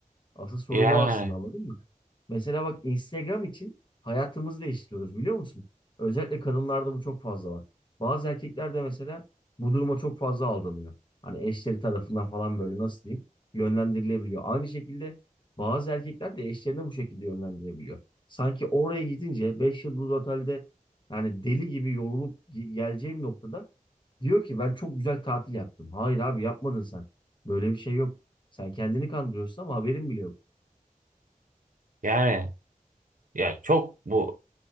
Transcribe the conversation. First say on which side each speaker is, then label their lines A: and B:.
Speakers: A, on the left; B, on the right.
A: Asıl soru
B: Yani
A: bu aslında anladın mı? Mesela bak Instagram için hayatımızı değiştiriyoruz biliyor musun? Özellikle kadınlarda bu çok fazla var. Bazı erkekler de mesela bu duruma çok fazla aldanıyor. Hani eşleri tarafından falan böyle nasıl diyeyim yönlendirilebiliyor. Aynı şekilde bazı erkekler de eşlerini bu şekilde yönlendirebiliyor. Sanki oraya gidince 5 yıldız otelde yani deli gibi yorulup ge- geleceğim noktada diyor ki ben çok güzel tatil yaptım. Hayır abi yapmadın sen. Böyle bir şey yok. Sen kendini kandırıyorsun ama haberin bile yok.
B: yani ya çok bu